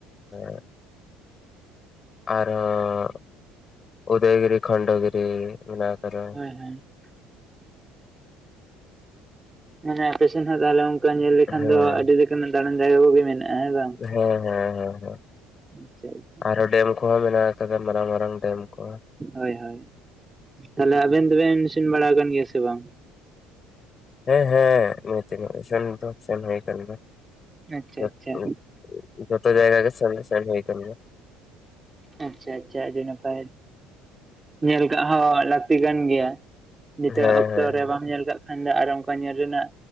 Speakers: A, on the left; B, on the right.
A: ᱚᱼᱼ ᱟᱨᱦᱚᱸ, ᱩᱫᱚᱭ ᱜᱤᱨᱤ ᱠᱷᱚᱱᱰᱚ ᱜᱤᱨᱤ ᱢᱮᱱᱟᱜ ᱟᱠᱟᱫᱟ ᱾
B: ᱦᱮᱸ <inaudible> ᱢᱟᱱᱮ ᱟᱯᱮ ᱥᱮᱱ ᱦᱚᱸ ᱛᱟᱦᱚᱞᱮ ᱚᱱᱠᱟ ᱧᱮᱞ ᱞᱮᱠᱷᱟᱱ
A: ᱦᱮᱸ
B: ᱫᱚ ᱟᱹᱰᱤ ᱞᱮᱠᱟᱱᱟᱜ ᱫᱟᱬᱟᱱ ᱡᱟᱭᱜᱟ ᱠᱚᱜᱮ ᱢᱮᱱᱟᱜᱼᱟ ᱦᱮᱸ ᱵᱟᱝ?
A: ᱦᱮᱸ ᱦᱮᱸ ᱦᱮᱸ ᱦᱮᱸ ᱾
B: ᱟᱪᱪᱷᱟ ᱟᱪᱪᱷᱟ ᱾
A: ᱟᱨᱦᱚᱸ ᱰᱮᱢ ᱠᱚᱦᱚᱸ ᱢᱮᱱᱟᱜ ᱟᱠᱟᱫᱟ, ᱢᱟᱨᱟᱝ ᱢᱟᱨᱟᱝ ᱰᱮᱢ ᱠᱚ ᱾
B: ᱦᱳᱭ ᱦᱳᱭ, ᱛᱟᱦᱚᱞᱮ ᱟᱵᱤᱱ ᱫᱚᱵᱤᱱ ᱥᱮᱱ ᱵᱟᱲᱟ ᱟᱠᱟᱱ ᱜᱮᱭᱟ ᱥᱮ ᱵᱟᱝ?
A: ᱦᱮᱸ ᱦᱮᱸ ᱥᱮᱱ <inaudible> ᱫᱤᱱ ᱫᱚ ᱥᱮᱱ ᱦᱩᱭ ᱠᱟᱱ ᱜᱮᱭᱟ ᱾
B: ᱟᱪᱪᱷᱟ
A: <unintelligible>
B: ᱟᱪᱪᱷᱟ
A: ᱡᱚᱛᱚ ᱡᱟᱭᱜᱟ ᱜᱮ ᱥᱮᱱ ᱫᱚ ᱥᱮᱱ ᱦᱩᱭ ᱠᱟᱱ ᱜᱮᱭᱟ ᱾
B: ᱟᱪᱪᱷᱟ ᱟᱪᱪᱷᱟ, ᱟᱹᱰᱤ ᱱᱟᱯᱟᱭ ᱧᱮᱞᱼᱼ ᱠᱟᱜᱼᱟ ᱞᱟᱹᱠᱛᱤ ᱠᱟᱱ ᱜᱮᱭᱟ, ᱱᱤᱛᱚᱜ
A: ᱦᱮᱸ
B: ᱚᱠᱛᱚ
A: ᱦᱮᱸ
B: ᱨᱮ ᱵᱟᱢ ᱧᱮᱞ ᱠᱟᱜᱼᱼ ᱠᱷᱟᱱ ᱫᱚ ᱟᱨᱚ ᱚᱱᱠᱟ ᱧᱮᱞ ᱨᱮᱱᱟᱜ,